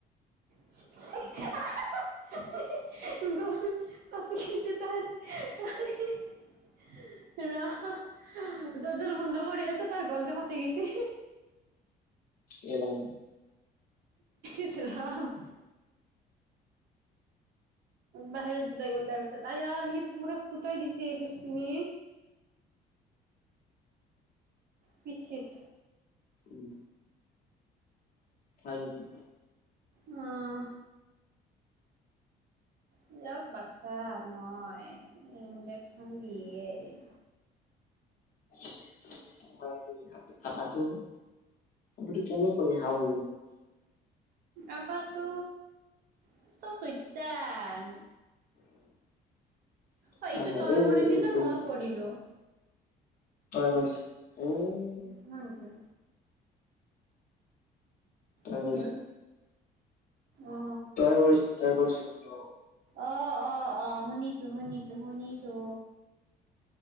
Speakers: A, on the right; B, on the left.
A: <unintelligible> গল ফাচি গিছে তাৰ। <unintelligible> ৰ! দৰ্জাটো বন্ধ কৰি আছো, তাৰ গলটো ফাচি গিচি।
B: এ ৰাম!
A: ইছ ৰাম! বাহিৰত দুটাই ঘন্টাৰ পিছত আয়া সি পুৰা ফুটাই দিছে পিছপিনে। পিঠিত
B: উম, হয় নেকি?
A: অঁ। <unintelligible> বাচ্ছা মই ইনজেকচন দিয়ে এৰিম।
B: চলি চলিটো মাৰি দিবি আপাটো। আপিতো কেনে কৰে হাও।
A: আপাটো মষ্ট চৈটান।
B: <inaudible>
A: অ' এইটো
B: হয় হয়
A: তই
B: ঐ
A: কৰিলি
B: ঐ ঐ
A: নে
B: দৌৰিছে
A: মই কৰিলো?
B: তই কৰিছা। উম!
A: হয় নেকি?
B: তই
A: কি
B: কৰিছ,
A: হ'ল অ
B: তই কৰিছ তই কৰিছ বোলো।
A: অ' অ' অ', শুনিছো শুনিছো শুনিছো।